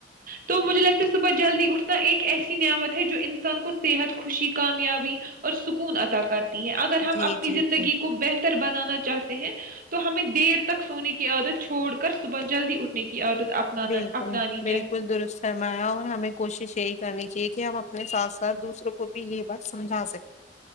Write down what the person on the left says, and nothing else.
جی
جی
جی
بالکل
بالکل
درست سرمایا اور ہمیں کوشش یہی کرنی چاہیے کہ ہم اپنے ساتھ ساتھ دوسروں کو بھی یہ بات سمجھا سکیں